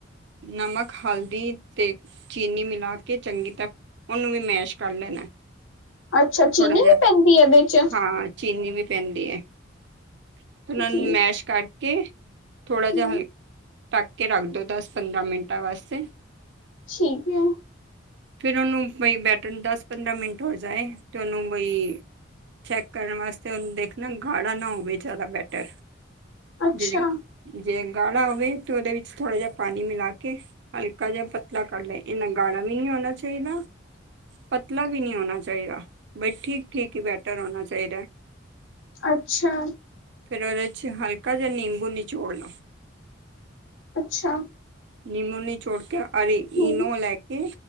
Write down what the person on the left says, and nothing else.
ਅੱਛਾ
ਚੀਨੀ
ਵੀ ਪੈਂਦੀ ਹੈ ਇਹਦੇ ਚ
ਜੀ
ਹਮ
ਠੀਕ ਹੈ।
ਅੱਛਾ
ਅੱਛਾ
ਅੱਛਾ
ਹਮ